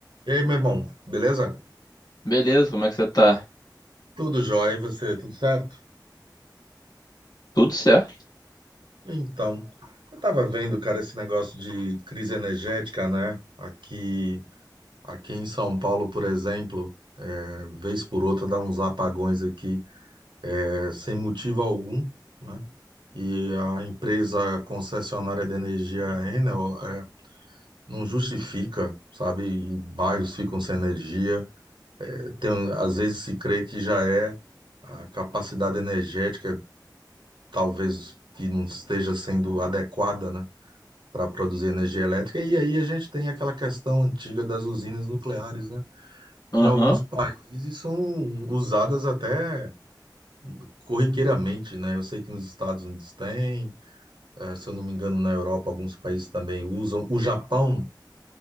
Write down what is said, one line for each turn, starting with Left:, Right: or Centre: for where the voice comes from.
Right: E aí, meu irmão, beleza?
Left: Beleza, como é que você tá?
Right: Tudo jóia, e você, tudo certo?
Left: Tudo certo?
Right: Então, eu tava vendo, cara, esse negócio de crise energética, né? Aqui, aqui em São Paulo, por exemplo, é, vez por outra dá uns apagões aqui, é, sem motivo algum, né? E a empresa concessionária de energia Enel é, não justifica, sabe? E bairros ficam sem energia. Tem, às vezes se crê que já é a capacidade energética talvez que não esteja sendo adequada, né, para produzir energia elétrica. E aí a gente tem aquela questão antiga das usinas nucleares, né,
Left: Aham,
Right: que em alguns países são usadas até corriqueiramente, né? Eu sei que nos Estados Unidos tem, eh, se eu não me engano, na Europa alguns países também usam. O Japão,